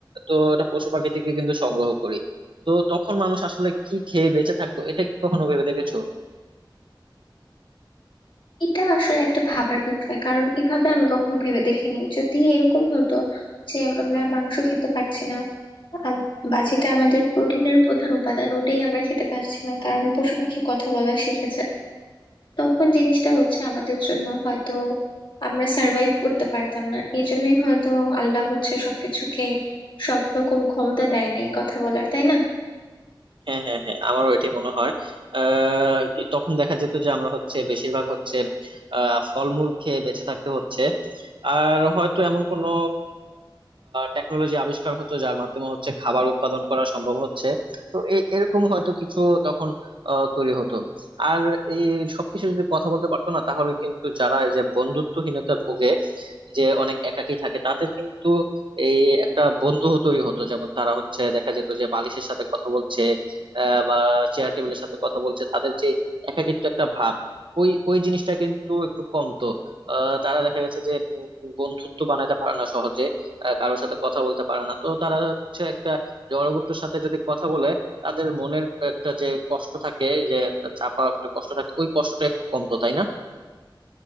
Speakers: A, on the right; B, on the left.
A: তো এটা পশু পাখি থেকে কিন্তু সংগ্রহ করি তো তখন মানুষ আসলে কি খেয়ে বেঁচে থাকতো এটা কি কখনো ভেবে দেখেছো
B: এটা আসলে একটা ভাবার বিষয় কারণ এভাবে আমি কখনো ভেবে দেখিনি যদি এরকম হতো যে আমরা মাংস খেতে পারছি না আম- বা যেটা আমাদের প্রোটিনের প্রধান উপাদান ওটাই আমরা খেতে পারছি না কারণ পশু পাখি কথা বলা শিখেছে তখন জিনিসটা হচ্ছে আমাদের জন্য হয়তো আমরা সার্ভাইভ করতে পারতাম না এই জন্যই হয়তো আল্লাহ হচ্ছে সবকিছুকে সব রকম ক্ষমতা দেয় নাই কথা বলার তাই না
A: হ্যাঁ হ্যাঁ হ্যাঁ আমারও এটাই মনে হয় আহ কি- তখন দেখা যেত যে আমরা হচ্ছে বেশিরভাগ হচ্ছে আহ ফলমূল খেয়ে বেঁচে থাকতে হচ্ছে আর হয়তো এমন কোনো টেকনোলজি আবিষ্কার হতো যার মাধ্যমে হচ্ছে খাবার উৎপাদন করা সম্ভব হচ্ছে তো এ- এরকম হয়তো কিছু তখন আহ, তৈরি হতো আর এই সবকিছু যদি কথা বলতে পারতো না তাহলে কিন্তু যারা এই যে বন্ধুত্বহীনতা ভোগে যে অনেক একাকী থাকে তাদের কিন্তু এই একটা বন্ধু তৈরি হতো যেমন তারা হচ্ছে দেখা যেত যে বালিশের সাথে কথা বলছে আহ, বা চেয়ার টেবিলের সাথে কথা বলছে তাদের যে একাকিত্ব একটা ভাব ওই ওই জিনিসটা কিন্তু একটু কমতো আহ, তারা দেখা গেছে যে উম, বন্ধুত্ব বানাতে পারে না সহজে আহ, কারোর সাথে কথা বলতে পারে না তো তারা হচ্ছে একটা জড়বস্তুর সাথে যদি কথা বলে তাদের মনের একটা যে কষ্ট থাকে যে একটা চাপা একটা কষ্ট থাকে ওই কষ্টটা একটু কমতো তাই না